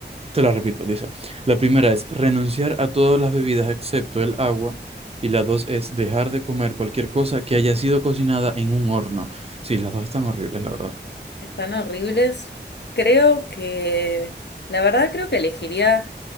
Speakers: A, on the right; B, on the left.
A: Te la repito, dice. La primera es renunciar a todas las bebidas excepto el agua. Y la dos es dejar de comer cualquier cosa que haya sido cocinada en un horno. Sí, las dos están horribles, la verdad.
B: Están horribles. Creo que, la verdad, creo que elegiría